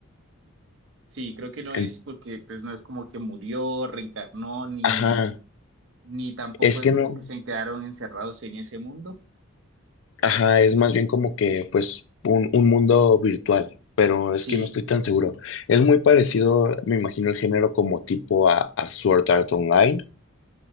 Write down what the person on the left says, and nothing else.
En-
ajá,
es
que
no,
ajá, es más bien como que pues un, un mundo virtual, pero es
que no estoy tan seguro. Es muy parecido, me imagino, el género como tipo a, a Sword Art Online,